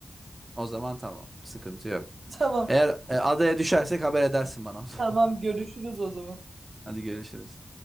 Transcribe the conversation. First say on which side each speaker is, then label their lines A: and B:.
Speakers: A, on the right; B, on the right.
A: O zaman tamam. Sıkıntı yok.
B: <laughs> Tamam.
A: Eğer e, adaya düşersek haber edersin bana o zaman.
B: Tamam görüşürüz o zaman.
A: <laughs> Hadi görüşürüz.